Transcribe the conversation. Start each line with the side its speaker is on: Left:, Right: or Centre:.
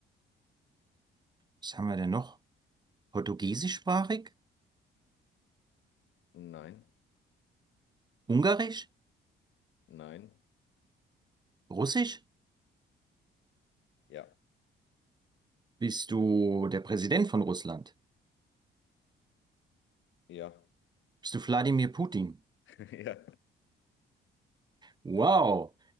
Right: was haben wir denn noch? Portugiesischsprachig?
Left: Nein.
Right: Ungarisch?
Left: Nein.
Right: Russisch?
Left: Ja.
Right: Bist du der Präsident von Russland?
Left: Ja.
Right: Bist du Wladimir Putin?
Left: <laughs> Ja.
Right: Wow!